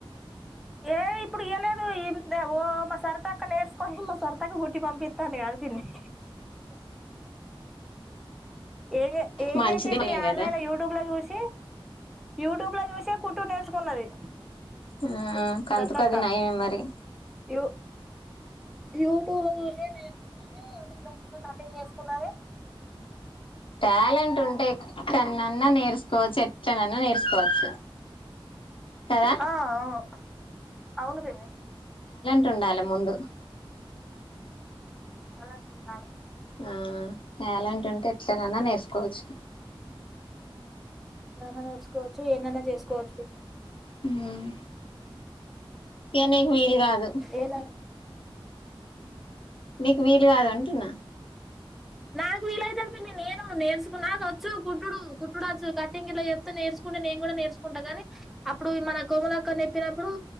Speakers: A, in the centre; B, on the left.
A: ఏ ఇప్పుడు ఇయ్య లేదు, ఇన్ దే ఓ మా సరీతక్క నేర్చుకొని, మా సరితక్క కుట్టి పంపిత్తందీ కాద్ పిన్ని. ఎన్జే ఏంజేసింది
B: మంచిదే
A: ఆన్లైన్
B: కదా
A: లా యూట్యూబ్ లా జూసి. యూట్యూబ్ లా జూసే కుట్టుడు నేర్చుకున్నది.
B: ఉమ్ కంతుకది
A: సరతక్క
B: నయమే మరి.
A: యూ యూట్యూబ్ లో జూసే నేర్చుకున్నది. యూట్యూబ్ లో జూసే కటింగ్ నేర్చున్నది.
B: టాలెంట్ ఉంటే ఎక్కడ్నన్నా నేర్చుకోవచ్చు ఎట్లనన్నా నేర్చుకోవచ్చు కదా.
A: ఆ, అవును అవును పన్ని.
B: టూన్డాలే ముందు.
A: టాలెంట్ ఉండాలే.
B: ఉమ్ టాలెంట్ ఉంటే ఎట్లనన్నా నేర్చుకోవచ్చు.
A: ఎట్లనన్నా నేర్చుకోవచ్చు ఏడ్నాన్న చేసుకోవచ్చు పిన్ని.
B: హుమ్. ఇగ నీకు వీలు కాదు.
A: ఏదైనా
B: నీకు వీలు కాద అంటున్నా
A: నాకు వీలయితది. గాని నేను నేర్చుకున్నా నాకు వోచ్చు కుట్డుడు కుట్టుడు ఆచ్చు కట్టింగ్ ఇట్లా చెప్తే నేర్చుకుంటే నేను కూడా నేర్చుకుంటా గానీ అప్పుడు మన కోమలక్క నేర్పిచ్చినప్పుడు